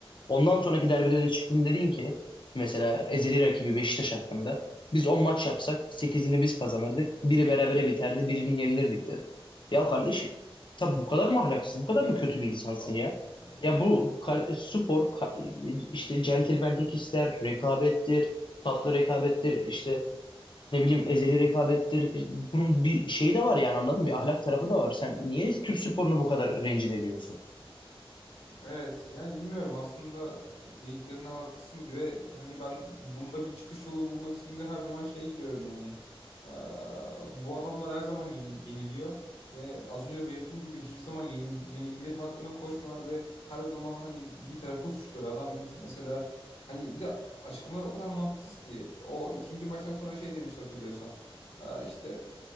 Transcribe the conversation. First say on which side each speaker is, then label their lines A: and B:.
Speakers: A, on the left (about 55°); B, on the left (about 80°).
A: Ondan sonraki derbide de çıktın dedin ki mesela ezeli rakibi Beşiktaş hakkında biz 10 maç yapsak sekizini biz kazanırdık. Biri berabere biterdi, birini yenilirdik dedi. Ya kardeşim tabi bu kadar mı ahlaksız, bu kadar
B: Ya
A: mı kötü bir insansın
B: Allah
A: ya?
B: Allah.
A: Ya bu kar- spor ka- işte centilmenlik ister, rekabettir, tatlı rekabettir, işte ne bileyim ezeli rekabettir. Bunun bir şeyi de var yani anladın mı? Bir ahlak tarafı da var. Sen niye Türk sporunu bu kadar rencide ediyorsun?
B: Evet yani bilmiyorum aslında e, dediklerinde haklısın diye hani ben bunda bir çıkış yolu bulmak için de her zaman şey gidiyorum yani Aa, bu adamlar her zaman yeni- yeniliyor ve az önce de belirttiğim gibi hiçbir zaman yenil yenilgiler hakkında koşmuyorlar ve her zaman hani bir tarafı suçluyor adam gidip mesela hani bir de açıklamalar o kadar mantıksız ki o ikinci baştan sonra şey demişti hatırlıyorsan Aa, işte